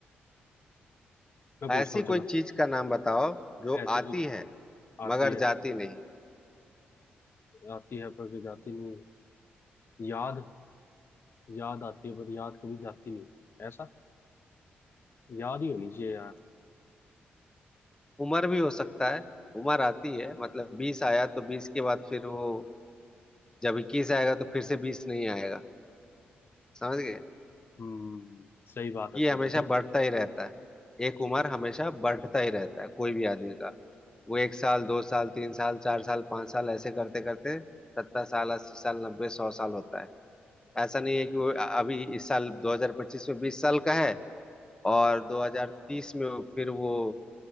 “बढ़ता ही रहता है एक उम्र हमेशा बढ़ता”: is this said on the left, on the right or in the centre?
Left